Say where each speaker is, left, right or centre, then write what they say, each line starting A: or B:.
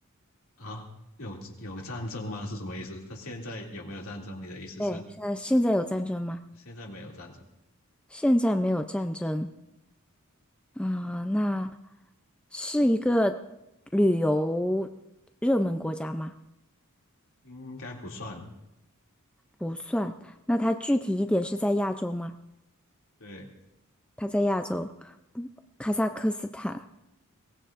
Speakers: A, on the left; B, in the centre.
A: 啊？有有战争吗？是什么意思？他现在有没有战争？你的意思是
B: 对，现在现在有战争吗？
A: 现在没有战争？
B: 现在没有战争。啊，那是一个旅游热门国家吗？
A: 应该不算。
B: 不算。那它具体一点是在亚洲吗？
A: 对，
B: 它在亚洲，不卡萨克斯坦，